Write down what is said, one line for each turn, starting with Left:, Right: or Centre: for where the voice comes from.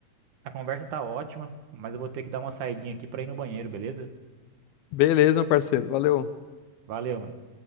Right: a conversa tá ótima, mas eu vou ter que dar uma saidinha aqui pra ir no banheiro, beleza?
Left: Beleza, meu parceiro. Valeu.
Right: Valeu, mano.